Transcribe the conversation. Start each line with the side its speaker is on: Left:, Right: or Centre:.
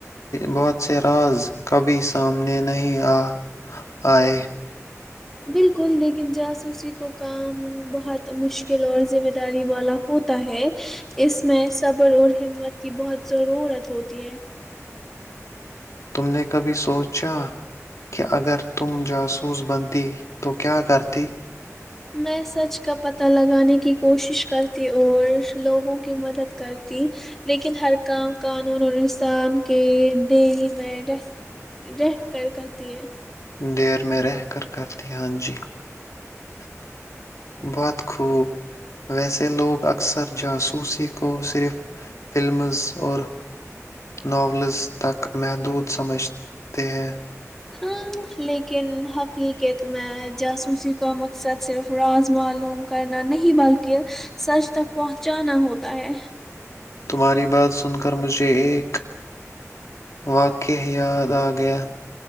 Left: بہت سے راز کبھی سامنے نہیں آ آئے
Centre: بالکل لیکن جاسوسی کو کام بہت مشکل اور ذمہ داری والا ہوتا ہے اس میں صبر اور ہمت کی بہت ضرورت ہوتی ہے
Left: تم نے کبھی سوچا کہ اگر تم جاسوس بنتی تو کیا کرتی
Centre: میں سچ کا پتہ لگانے کی کوشش کرتی اور لوگوں کی مدد کرتی لیکن ہر کام قانون اور انسان کے دیری میں رہ رہ کر کرتی ہے
Left: دیر میں رہ کر کرتی ہاں جی بہت خوب ویسے لوگ اکثر جاسوسی کو صرف فلمز اور ناولز تک محدود سمجھتے ہیں
Centre: ہاں لیکن حقیقت میں جاسوسی کا مقصد صرف راز معلوم کرنا نہیں بلکہ سچ تک پہنچانا ہوتا ہے
Left: تمہاری بات سن کر مجھے ایک واقع یاد آ گیا